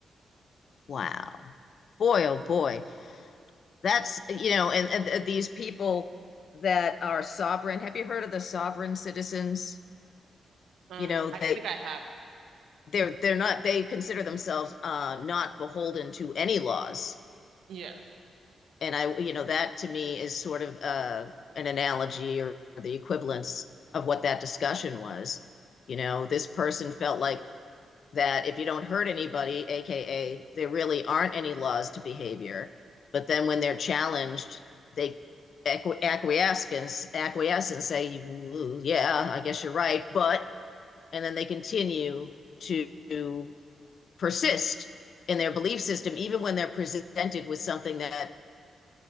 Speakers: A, on the left; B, on the right.
A: Wow. Boy, oh boy. That's, you know, and, and, these people that are sovereign. Have you heard of the sovereign citizens?
B: Um,
A: You know,
B: I
A: they
B: think I have,
A: they're they're not they consider themselves uh not beholden to any laws.
B: yeah.
A: And I, you know, that to me is sort of uh an analogy or the equivalence of what that discussion was. You know, this person felt like that if you don't hurt anybody, AKA, there really aren't any laws to behavior. But then when they're challenged, they acqu- acquiesce and, acquiesce and say, yeah, I guess you're right. But, and then they continue to persist in their belief system, even when they're presented with something that